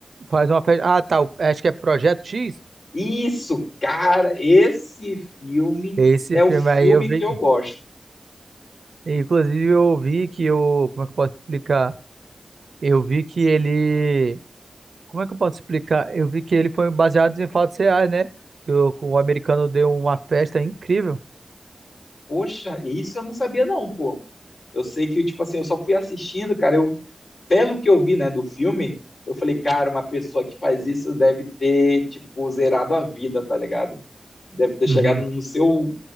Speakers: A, on the right; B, on the left.
A: Faz uma festa. Ah, tá. o- Acho que é Projeto X.
B: Isso, cara, esse filme
A: Esse
B: é o
A: filme
B: filme
A: aí eu vi.
B: que eu gosto.
A: Inclusive, eu vi que o. Como é que eu posso explicar? Eu vi que ele. Como é que eu posso explicar? Eu vi que ele foi baseado em fatos reais, né? Que o, o americano deu uma festa incrível.
B: Poxa, isso eu não sabia não, pô. Eu sei que, tipo assim, eu só fui assistindo, cara, eu, pelo que eu vi, né, do filme, eu falei, cara, uma pessoa que faz isso deve ter, tipo, zerado a vida, tá ligado? Deve ter chegado
A: Uhum.
B: no seu